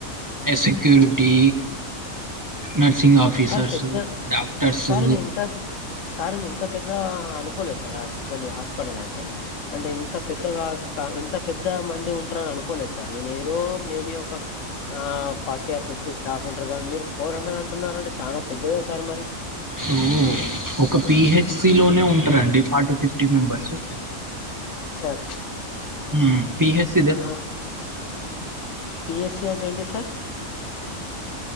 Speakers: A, on the right; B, on the left.
A: ఎ సెక్యూరిటీ నర్సింగ్ ఆఫీసర్సు
B: సార్ పెద్ద
A: డాక్టర్సు
B: సార్ నేను ఇంత సార్ నే ఇంత పెద్ద అనుకోలేదు సార్ యాక్చువల్లీ హాస్పిటల్ అంటే అంటే ఇంత పెద్దగాక ఇంత పెద్ద మంది ఉంటారని అనుకోలేదు సార్ నేను ఏదో మేబి ఒక ఆ ఫార్టీ ఆర్ ఫిఫ్టీ స్టాఫ్ ఉంటారు కానీ మీరు ఫోర్ హండ్రెడ్ అంటున్నారంటే చానా పెద్దదే సార్ మరి
A: సో ఒక పీహెచ్‌సిలోనే ఉంటారండి forty fifty members
B: sir
A: um PH
B: ఆ పిఎస్‌సి అంటే ఏంటి sir